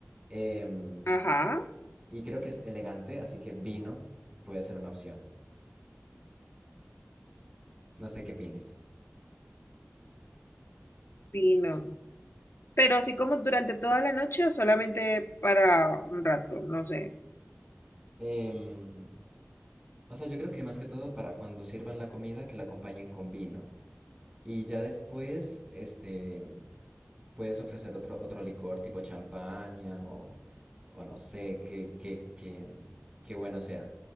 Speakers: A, on the right; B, on the left.
A: Em,
B: Ajá,
A: y creo que es elegante, así que vino puede ser una opción. No sé qué opines.
B: vino. Pero así como durante toda la noche o solamente para un rato, no sé.
A: Em, o sea, yo creo que más que todo para cuando sirvan la comida, que la acompañen con vino. Y ya después, este, puedes ofrecer otro, otro licor tipo champaña o, o no sé, qué, qué, qué, qué bueno sea.